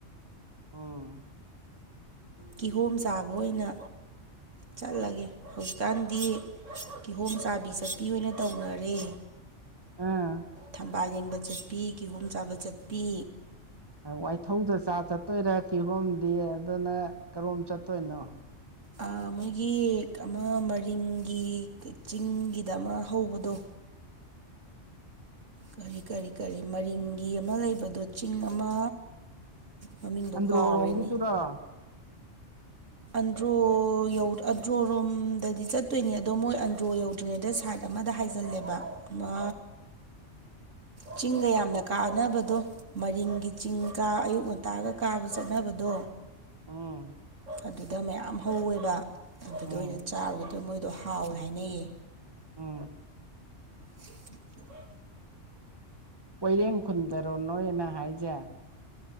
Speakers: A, on the right; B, on the right.
A: ꯎꯝ
B: ꯀꯤꯍꯣꯝ ꯆꯥꯕ ꯑꯣꯏꯅ ꯆꯠꯂꯒꯦ ꯍꯧꯖꯤꯛꯀꯥꯟꯗꯤ ꯀꯤꯍꯣꯝ ꯆꯥꯕꯤ ꯆꯠꯄꯤ ꯑꯣꯏꯅ ꯇꯧꯅꯔꯦ
A: ꯑꯥ
B: ꯊꯝꯕꯥꯜ ꯌꯦꯡ ꯆꯠꯄꯤ ꯀꯤꯍꯣꯝ ꯆꯥꯕ ꯆꯠꯄꯤ
A: ꯋꯥꯏꯊꯧꯗ ꯆꯥ ꯆꯠꯇꯣꯏꯔꯥ ꯀꯤꯍꯣꯝꯗꯤ ꯑꯗꯨꯅ ꯀꯔꯣꯝ ꯆꯠꯇꯣꯏꯅꯣ
B: ꯑꯥ ꯃꯣꯏꯒꯤ ꯑꯃ ꯃꯔꯤꯡꯒꯤ ꯆꯤꯡꯒꯤꯗ ꯑꯃ ꯍꯧꯕꯗꯣ
A: <inaudible>
B: ꯀꯔꯤ ꯀꯔꯤ ꯀꯔꯤ ꯃꯔꯤꯡꯒꯤ ꯑꯃ ꯂꯩꯕꯗꯣ ꯆꯤꯡ ꯑꯃ ꯃꯃꯤꯡꯗꯣ
A: ꯑꯗꯔꯣ
B: ꯀꯥꯎꯔꯦꯅꯦ
A: ꯍꯣꯝꯒꯤꯗꯨꯔꫭ
B: ꯑꯟꯗ꯭ꯔꯣ ꯑꯟꯗ꯭ꯔꯣ ꯔꯣꯝꯗꯗꯤ ꯆꯠꯇꯣꯏꯅꯤ ꯑꯗꯣ ꯃꯣꯏ ꯑꯟꯗ꯭ꯔꯣ ꯌꯧꯗ꯭ꯔꯤꯉꯩꯗ ꯁꯥꯥꯠ ꯑꯃꯗ ꯍꯥꯏꯖꯜꯂꯦꯕ ꯑꯃ
A: <inaudible>
B: ꯆꯤꯡꯒ ꯌꯥꯝꯅ ꯀꯥꯅꯕꯗꯣ ꯃꯔꯤꯡꯒꯤ ꯆꯤꯡ ꯀ ꯑꯌꯨꯛ ꯉꯟꯇꯥꯒ ꯀꯥꯕ ꯆꯠꯅꯕꯗꯣ
A: ꯎꯝ
B: ꯑꯗꯨꯗ ꯃꯌꯥꯝ ꯍꯧꯋꯦꯕ ꯑꯗꯨꯗ
A: ꯎꯝ
B: ꯑꯣꯏꯅ ꯆꯥꯔꯨꯒ‌ꯦꯇꯧꯕ ꯃꯣꯏꯗꯣ ꯍꯥꯎꯋꯦ ꯍꯥꯏꯅꯩꯌꯦ
A: ꯎꯝ
B: <unintelligible>
A: ꯀꯣꯏꯔꯦꯡ ꯈꯨꯟꯗꯔꯣ ꯅꯣꯏꯅ ꯍꯥꯏꯖꯦ